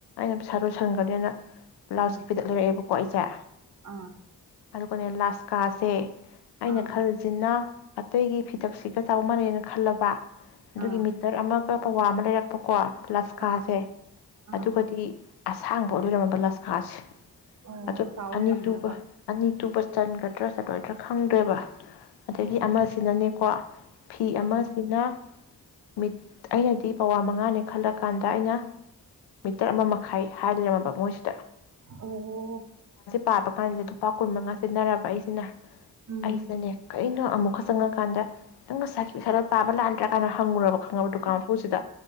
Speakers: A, on the left (about 80°); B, on the right (about 45°).
A: ꯄꯩꯁꯥ ꯂꯣꯏꯁꯟꯒꯔꯅꯦꯅ ꯕ꯭ꯂꯥꯎꯁ
B: ꯎꯝ
A: ꯐꯤꯗꯛ ꯂꯩꯔꯛꯑꯦꯕꯨ ꯀꯣ ꯏꯆꯦ
B: ꯑꯥ
A: ꯑꯗꯨꯒꯅꯦ ꯂꯥꯁꯀꯥꯁꯦ ꯑꯩꯅ
B: ꯑꯥ
A: ꯈꯟꯁꯤꯅ ꯑꯇꯩꯒꯤ ꯐꯤꯗꯛꯁꯤꯒ ꯆꯥꯎ ꯃꯥꯟꯅꯩꯅ ꯈꯜꯂꯕ ꯑꯗꯨꯒꯤ
B: ꯑꯥ
A: ꯃꯤꯇꯔ ꯑꯃ ꯄꯋꯥ ꯑꯃ ꯂꯩꯔꯛꯄꯀꯣ ꯂꯁꯀꯥꯁꯦ
B: ꯑꯥ ꯑꯥ
A: ꯑꯗꯨꯒꯗꯤ ꯑꯁꯥꯡꯕ ꯂꯣꯏꯔꯝꯃꯕ ꯂꯁꯀꯥꯥꯁ
B: ꯑꯣ
A: ꯑ
B: ꯆꯥꯎ
A: ꯑꯅꯤ
B: ꯂꯩꯔꯝꯃꯤꯔꯕ
A: ꯇꯨ ꯑꯅꯤ ꯇꯨꯕ ꯆꯟꯒꯗ꯭ꯔꯥ ꯆꯠꯂꯣꯏꯗ꯭ꯔꯥ ꯈꯪꯗꯣꯏꯦꯕ ꯑꯗꯒꯤ
B: ꯑꯣ
A: ꯑꯃ ꯁꯤꯅꯅꯤ ꯀ ꯐꯤ ꯑꯃꯁꯤꯅ
B: ꯑꯥ
A: ꯃꯤꯠ ꯑꯩꯅꯗꯤ ꯄꯋꯥ ꯃꯉꯥꯅꯦ ꯈꯜꯂ ꯀꯥꯟꯗ ꯑꯩꯅ ꯃꯤꯇꯔ ꯑꯃ ꯃꯈꯥꯏ ꯍꯥꯏ ꯂꯩꯔꯝꯃꯕ ꯃꯣꯏꯁꯤ
B: ꯑ
A: ꯄꯥꯄ ꯀꯥꯟꯗ ꯑꯗꯨ ꯂꯨꯄꯥ ꯀꯨꯟ ꯃꯉꯥ ꯁꯤꯖꯤꯟꯅꯔꯕ ꯑꯩꯁꯤꯅ
B: ꯎꯝ
A: ꯑꯩꯁꯤꯅꯦ ꯑꯩꯅ ꯑꯃꯨꯛꯀ ꯆꯪꯉꯀꯥꯟꯗ ꯅꯪ ꯉꯁꯥꯏꯒꯤ ꯄꯩꯁꯥꯗꯣ ꯄꯥꯕ ꯂꯥꯟꯗ꯭ꯔꯥ ꯀꯥꯏꯅ ꯈꯪꯉꯨꯔꯕ ꯈꯪꯉꯕꯗꯣ ꯇꯨꯁꯤꯗ